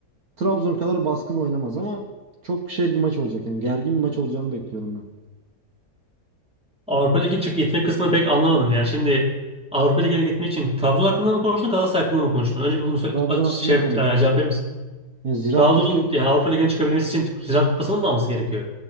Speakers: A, on the right (about 55°); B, in the centre.
A: Trabzon kadar baskın oynamaz ama çok şey bir maç olacak. Yani gergin bir maç olacağını bekliyorum ben.
B: Avrupa Ligi çık gitme kısmını pek anlamadım. Yani şimdi Avrupa Ligi'ne gitmek için Trabzon hakkında mı konuştun, Galatasaray hakkında mı konuştun? Önce bir bunu sö-
A: Trabzon
B: a- şey,
A: hakkında
B: e,
A: konuştuk.
B: cevap verir misin?
A: Yani Ziraat
B: Trabzon
A: Türkiye
B: yani Avrupa Ligi'ne çıkabilmesi için Ziraat Kupası'nı mı alması gerekiyor?